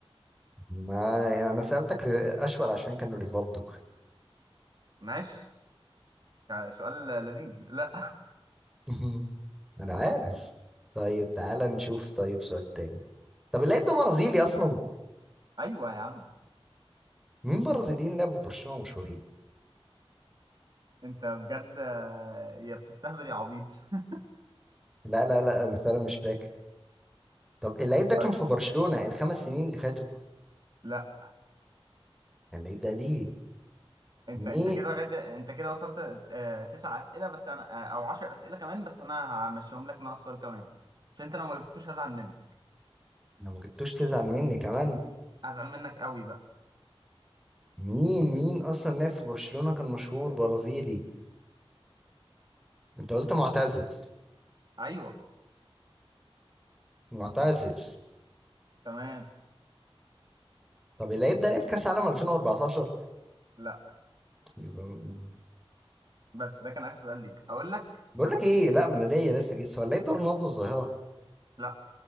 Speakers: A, in the centre; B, on the right (about 45°).
A: ما يعني انا سألتك ر- اشول عشان كان ريفالدو
B: ماشي سؤال لذيذ لا <laughs>
A: <laughs> انا عارف طيب تعالى نشوف طيب سؤال تاني طب اللعيب ده برازيلي اصلا
B: ايوه يا عم
A: مين برازيليين لعبوا في برشلونة مشهورين
B: انت بجد آه، يا بتستهبل يا عبيط <laughs>
A: لا لا لا انا فعلا مش فاكر طب اللعيب ده كان
B: طيب،
A: في برشلونة الخمس سنين اللي فاتوا
B: لا
A: كان اللعيب ده دي
B: انت
A: مين
B: انت كده لغايه انت كده وصلت آه، تسع اسئله بس انا آه، او 10 اسئله كمان بس انا همشيهم لك ناقص سؤال كمان عشان انت لو ما جبتوش هزعل منك
A: لو ما جبتوش تزعل مني كمان
B: هزعل منك قوي بقى
A: مين مين اصلا لعب في برشلونة كان مشهور برازيلي انت قلت معتزل
B: ايوه
A: معتزل
B: تمام
A: طب اللعيب ده لعب كاس عالم 2014
B: لا
A: يبقى م-
B: بس ده كان اخر سؤال ليك اقول لك
A: بقول لك ايه لا ما انا ليا لسه جيس ولا اللعيب ده رونالدو الظاهرة
B: لا